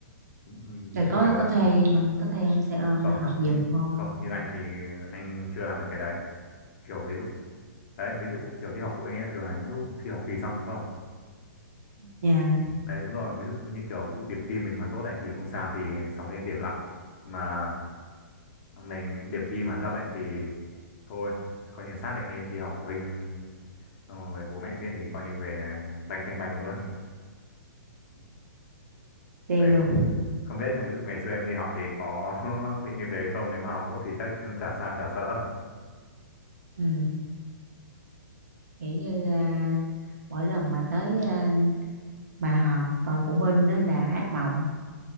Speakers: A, on the left; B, on the right.
A: Ừ, ừ,
B: Rồi
A: như
B: có
A: kiểu là
B: có thuê có thuê ông xe ôm
A: không
B: nó họp giùm
A: như,
B: không?
A: không như anh thì anh chưa làm được cái đấy kiểu ví dụ đấy ví dụ kiểu đi họp phụ huynh ấy, thường là những lúc khi học kỳ xong đúng không
B: Nha,
A: đấy đúng rồi ví dụ như kiểu ví dụ điểm thi mình mà tốt đấy thì không sao thì sóng yên biển lặng mà mình điểm thi mà thấp ấy thì thôi coi như xác định đi đi học phụ huynh xong rồi bố mẹ biết thì coi như về tanh tanh bành luôn <laughs>
B: tiêu
A: này
B: luôn.
A: không không biết là ví dụ ngày xưa em đi học thì có <laughs> bị như thế không nếu mà học tốt thì chắc chả sao chả sợ
B: Ừ, kiểu như à, mỗi lần mà tới à, mà họp à, phụ huynh đó là ác mộng.